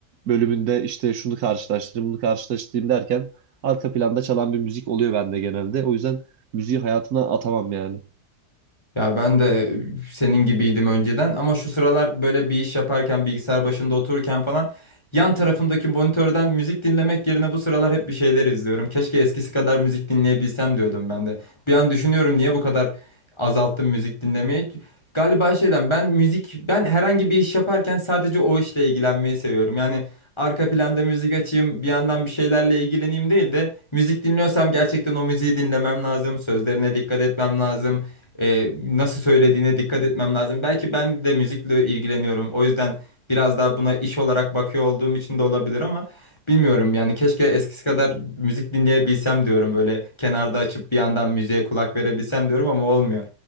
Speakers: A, on the right; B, on the left.
A: bölümünde işte şunu karşılaştırayım bunu karşılaştırayım derken Arka planda çalan bir müzik oluyor bende genelde. O yüzden müziği hayatına atamam yani.
B: Ya ben de senin gibiydim önceden ama şu sıralar böyle bir iş yaparken bilgisayar başında otururken falan yan tarafımdaki monitörden müzik dinlemek yerine bu sıralar hep bir şeyler izliyorum. Keşke eskisi kadar müzik dinleyebilsem diyordum ben de. Bir an düşünüyorum niye bu kadar azalttım müzik dinlemeyi. Galiba şeyden ben müzik ben herhangi bir iş yaparken sadece o işle ilgilenmeyi seviyorum. Yani arka planda müzik açayım bir yandan bir şeylerle ilgileneyim değil de müzik dinliyorsam gerçekten o müziği dinlemem lazım. Sözlerine dikkat etmem lazım e, nasıl söylediğine dikkat etmem lazım. Belki ben de müzikle ilgileniyorum. O yüzden biraz daha buna iş olarak bakıyor olduğum için de olabilir ama bilmiyorum yani keşke eskisi kadar müzik dinleyebilsem diyorum. Böyle kenarda açıp bir yandan müziğe kulak verebilsem diyorum ama olmuyor.